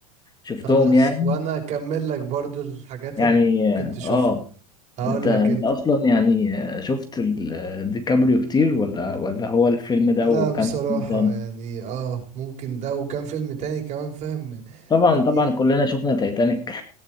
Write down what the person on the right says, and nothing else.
خلاص
وانا اكمل لك برضو الحاجات
اللي ممكن
تشوفها
هقول
لك
انت
لا
بصراحة
يعني اه ممكن ده وكان فيلم تاني كمان فاهم من-
في